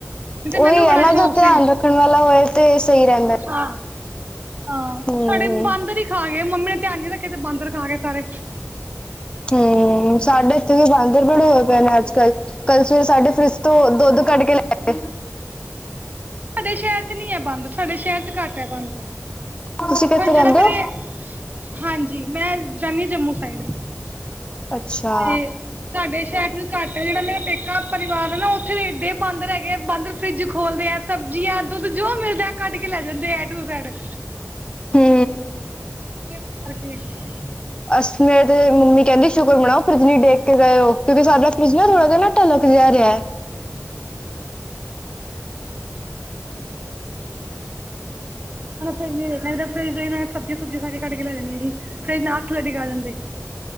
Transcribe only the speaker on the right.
ਤੇ
ਮੈਨੂੰ
ਬੜਾ
ਸ਼ੌਕ
ਸੀ।
ਹਾਂ ਹਾਂ
ਸਾਡੇ ਬਾਂਦਰ ਹੀ ਖਾ ਗਏ ਮੰਮੀ ਨੇ ਧਿਆਨ ਨੀ ਰੱਖਿਆ ਤੇ ਬਾਂਦਰ ਖਾ ਗਏ ਸਾਰੇ
ਸਾਡੇ ਸ਼ਹਿਰ 'ਚ ਨੀ ਹੈ ਬਾਂਦਰ ਸਾਡੇ ਸ਼ਹਿਰ 'ਚ ਘੱਟ ਐ ਬਾਂਦਰ
ਪਰ ਜਿਹੜਾ
ਮੇਰੇ
ਹਾਂਜੀ ਮੈਂ ਰਹੰਨੀ ਜੰਮੂ ਸਾਈਡ ਦੀ।
ਤੇ ਸਾਡੇ ਸ਼ੈਰ ਚ ਘੱਟ ਹੈ ਜਿਹੜਾ ਮੇਰਾ ਪੇਕਾ ਪਰਿਵਾਰ ਹੈ ਨਾ ਉੱਥੇ ਵੀ ਏਡੇ ਬਾੰਦਰ ਹੈਗੇ ਆ ਬਾੰਦਰ ਫਰਿੱਜ ਖੋਲਦੇ ਐ। ਸਬਜ਼ੀਆਂ ਦੁੱਧ ਜੋ ਮਿਲਦਾ ਕੱਢ ਕੇ ਲੈ ਜਾਂਦੇ ਐ ਟੂ ਜੈਡ।
<inaudible>
ਉਨਾ ਫਰਿੱਜ ਨੀ <unintelligible> ਨੀ ਤੇ ਫਰਿੱਜ ਸਬਜ਼ੀਆਂ-ਸੁਬਜ਼ੀਆਂ ਸਾਰੀ ਕੱਢ ਕੇ ਲੈ ਜਾਣੀਆ ਸੀ ਫਰਿੱਜ ਨਾਲ ਥੱਲੇ ਡਿਗਾ ਦਿੰਦੇ।